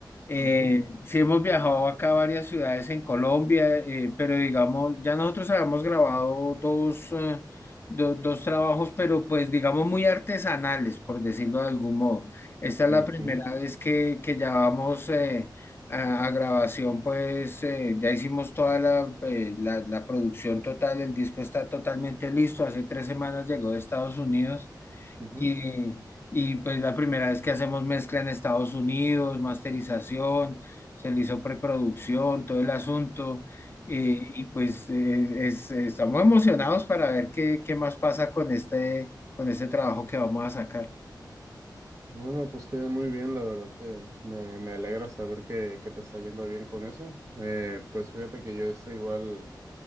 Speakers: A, on the left; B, on the right.
A: Eh,
B: mhm
A: sí hemos viajado acá a varias ciudades en Colombia, eh, pero digamos, ya nosotros habíamos grabado dos, eh, do- dos trabajos, pero pues digamos muy artesanales, por decirlo de algún modo. Esta es
B: mhm
A: la primera vez que, que ya vamos eh, a, a grabación, pues eh, ya hicimos toda la, eh, la la producción total, el disco está totalmente listo, hace tres semanas llegó de Estados Unidos.
B: mhm
A: Y, y pues la primera vez que hacemos mezcla en Estados Unidos, masterización, se le hizo preproducción, todo el asunto. eh, y pues eh, es- estamos emocionados para ver qué, qué más pasa con este, con este trabajo que vamos a sacar.
B: Bueno, pues queda muy bien, la verdad que me, me alegra saber que, que te está yendo bien con eso. Eh, pues fíjate que yo estoy igual